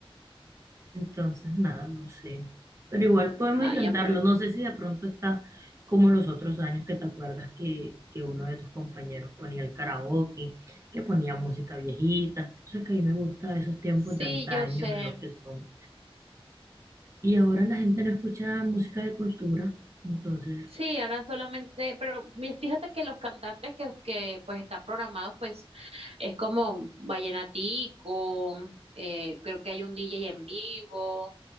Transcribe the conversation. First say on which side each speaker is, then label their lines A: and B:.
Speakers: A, on the right; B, on the right.
A: Entonces, nada, no sé. Pero igual podemos
B: Ay,
A: intentarlo.
B: amor.
A: No sé si de pronto está como los otros años que te acuerdas que, que uno de tus compañeros ponía el karaoke, que ponía música viejita. Entonces, que a mí me gusta esos tiempos
B: Sí,
A: de antaño
B: yo sé.
A: en los que son. Y ahora la gente no escucha música de cultura. Entonces,
B: Sí, ahora solamente, pero mi- fíjate que los cantantes que, que pues están programados, pues es como Vallenatico, eh, creo que hay un DJ en vivo,